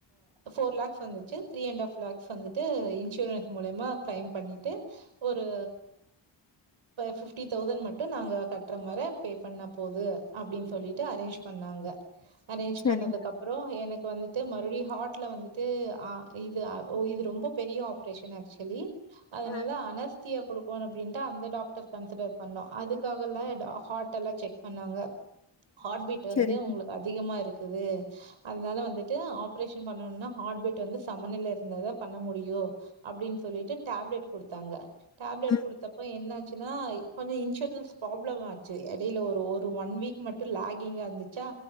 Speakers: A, on the right (about 85°); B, on the left (about 35°).
A: போர் லக்ஸ் வந்துச்சு த்ரீ அண்ட் லக்ஸ் இன்சூரன்ஸ் மூலிமா கிளைம் பண்ணிட்டு ஒரு பிப்டீன் தவுஸண் மட்டும் நாங்க கட்ற மாரி பண்ண போது அப்டின்னு சொல்லிட்டு அரேஞ்ச் பண்ணாங்க அரேஞ்ச்
B: சரிங்க.
A: பண்ணதுக்கு அப்பற எனக்கு வந்துட்டு மறுபடிம் ஹார்ட்ல வந்துட்டு அ இது இது ரொம்ப பெரிய ஆப்ரேஷன் ஆக்சுவலி அதனால
B: ம்.
A: அனஸ்தியா கொடுக்கும்ணும் அப்படின்ட்டு அந்த டாக்டர் கன்சிடர் பண்ணோம் அதுக்காக எல்லா ஹார்ட் எல்லாம் செக் பண்ணாங்க ஹார்ட் பீட் வந்து
B: சரிங்க.
A: உங்களுக்கு அதிகமா இருக்கு அது அதனால வந்துட்டு ஆப்ரேஷன் பண்ணனும்னா ஹார்ட் பிட் வந்து சம நிலையில இருந்ததா பண்ண முடியும் அப்டின்னு சொல்லிட்டு டேப்லெட் கொடுத்தாங்க டேப்லெட்
B: ம்.
A: கொடுத்தப்ப என்ன ஆச்சுனா கொஞ்ச இன்சூரன்ஸ் ப்ராப்ளம் ஆச்சு இடையில ஒரு ஒரு ஒன் வீக் மட்டும் லாகினா இருந்துச்சா